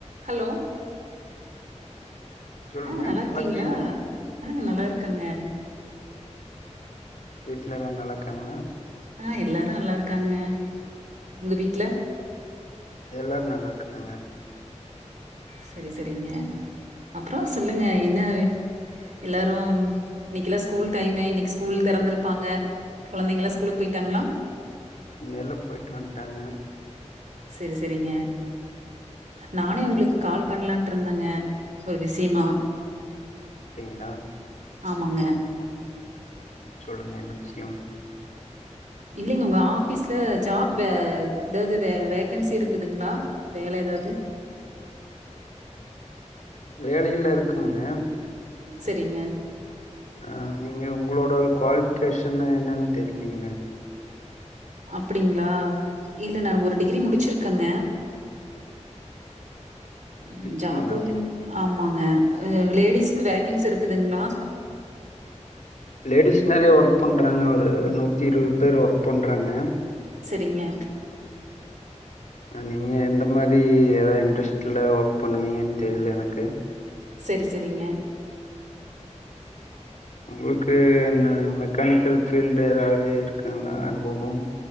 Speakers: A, on the right; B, on the left.
A: ஹலோ
B: சொல்லுங்க
A: ஆஹ் நல்லா இருக்கீங்களா
B: இருக்கிறீங்களா
A: ஆஹ் நல்லா இருக்கேங்க
B: வீட்டல எல்லா நல்லா இருக்காங்களா
A: ஆஹ் எல்லாரும் நல்லா இருக்காங்க உங்க வீட்ல
B: எல்லாரும் நல்லா இருக்கறாங்க
A: செரி செரிங்க அப்புறம் சொல்லுங்க என்ன எல்லாரும் இன்னைக்கெல்லா ஸ்கூல் டைமு இன்னைக்கு ஸ்கூல் தெறந்திருப்பாங்க கொழந்தைங்கலா ஸ்கூலுக்கு போயிட்டாங்களா
B: எல்லா போயிட்டு வந்துட்டாங்க
A: செரி செரிங்க நானே உங்களுக்கு கால் பண்ணலான்ட்டு இருந்தேங்க ஒரு விஷயமா
B: அப்டீங்களா
A: ஆமாங்க
B: உம் சொல்லுங்க என்ன விஷயம்
A: இல்லைங்க உங்க ஆபீஸ்ல ஜாப் வே ஏதாவது வே வேக்கன்சி இருக்குதுங்களா வேல ஏதாவது
B: வேலைலா இருக்கும்ங்க
A: செரிங்க
B: ஆ நீங்கள் உங்களோட குவாலிஃபிகேஷன்னு என்னன்னு தெரியலீங்களே
A: அப்படிங்களா இல்ல நான் ஒரு டிகிரி முடிச்சிருக்கங்க உம்
B: டிகிரிங்களா
A: ஜாபூ ஆ ஆமாங்க லேடிஸ்க்கு வேகன்ஸ்சி இருக்குதுங்களா
B: லேடிஸ் நெறைய ஒர்க் பண்றாங்க ஒரு நூத்தி இருபது பேர் ஒர்க் பண்றாங்க
A: செரிங்க
B: நீங்க எந்த மாதிரி ஏதாவது இன்ரெஸ்ட்ல ஒர்க் பண்ணுவீங்கன்னு தெரியல எனக்கு
A: செரி செரிங்க
B: உங்களுக்கு க்கு என்ன மெக்கானிக்கல் ஃபீல்டு எதாவது இருக்குங்களா அனுபவம்